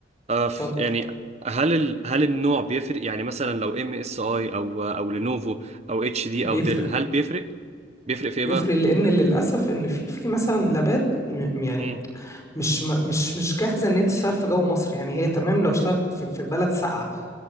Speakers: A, on the right; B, on the left.
A: آه ف...
B: اتفضل
A: يعني هل ال... هل النوع بيفرق يعني مثلا لو ام اس اي او او لينوفو او اتش دي
B: بيفرق
A: او ديل هل بيفرق بيفرق في ايه
B: بيفرق
A: بقى
B: لان للاسف ان في في مثلا لابات م- يعني
A: امم
B: مش م- مش مش جاهزه ان هي تشتغل في جو مصر يعني هي تمام لو اشتغلت في في بلد ساقعه